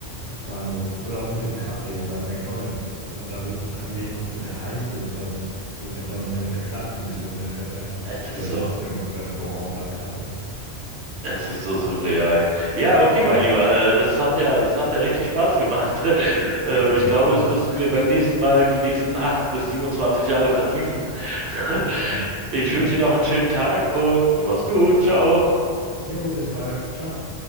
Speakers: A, on the left; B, on the right.
A: Wahnsinn. Oder auch mit dem Kaffee beim McDonald's, dass man da wirklich angehen muss, dass er heiß ist, sonst wird McDonald's eben verklagt, wenn sich irgendwer verbrennt.
B: Es
A: Oder
B: ist
A: sonst
B: so.
A: irgendein Restaurant oder Kaffee. Das
B: Es
A: ist
B: ist so
A: Wahnsinn.
B: surreal. Ja, okay,
A: Ja,
B: mein Lieber, äh, das hat ja, das hat ja richtig Spaß gemacht. <laughs> Ähm,
A: ja,
B: ich
A: ja,
B: glaube,
A: total.
B: das müssen wir beim nächsten Mal die nächsten acht bis 27 Jahre vertiefen. <laughs>
A: Gerne.
B: Ich
A: <laughs>
B: wünsche dir noch einen schönen Tag und mach's gut. Ciao.
A: Jo, bis bald. Ciao.